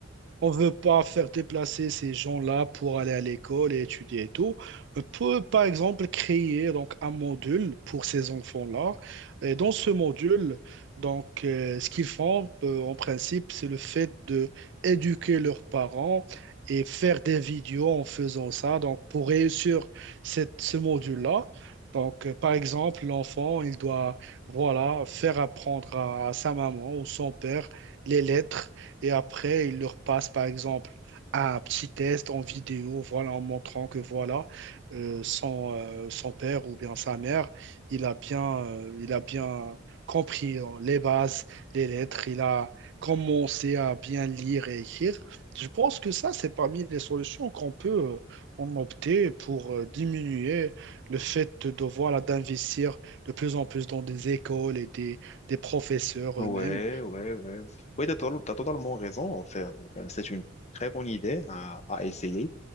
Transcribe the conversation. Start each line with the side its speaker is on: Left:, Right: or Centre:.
Right: on veut pas faire déplacer ces gens-là pour aller à l'école et étudier et tout. On peut, par exemple, créer donc un module pour ces enfants-là. Et dans ce module, donc, euh, ce qu'ils font, euh, en principe, c'est le fait de éduquer leurs parents et faire des vidéos en faisant ça. Donc, pour réussir cette, ce module-là, donc, euh, par exemple, l'enfant, il doit, voilà, faire apprendre à à sa maman ou son père les lettres et après, il leur passe, par exemple, un petit test en vidéo, voilà, en montrant que voilà, euh, son, euh, son père ou bien sa mère, il a bien, euh, il a bien compris hein, les bases, les lettres, il a commencé à bien lire et écrire. Je pense que ça, c'est parmi les solutions qu'on peut euh, en opter pour euh, diminuer le fait de devoir là, d'investir de plus en plus dans des écoles et des, des professeurs
Left: Ouais,
Right: eux-mêmes.
Left: ouais, ouais. Oui, t'as, to- t'as totalement raison. En fait. Enfin, c'est une très bonne idée à, à essayer.